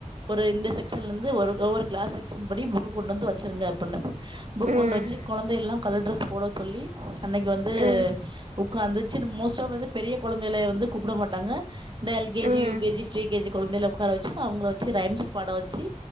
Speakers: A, on the right; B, on the right.
A: ஒரு இந்த செக்ஷன்ல இருந்து ஒரு ஒவ்வொரு கிளாஸ் செக்ஷன் படி புக் கொண்டு வந்து வெச்சுருங்க பண்ணு புக்
B: ம்
A: கொண்டு வெச்சு கொழந்தயல்லா கலர் ட்ரஸ் போட சொல்லி அன்னைக்கு வந்து
B: ம்
A: உக்காந்துச்சு மோஸ்ட் ஆஃப் வந்து பெரிய கொழந்தைய வந்து கூப்ட மாட்டாங்க இந்த எல் கே ஜி,
B: ம்
A: யு K G, pre K G கொழந்தையில உக்கார வெச்சு அவுங்கள வெச்சு ரைம்ஸ் பாட வெச்சு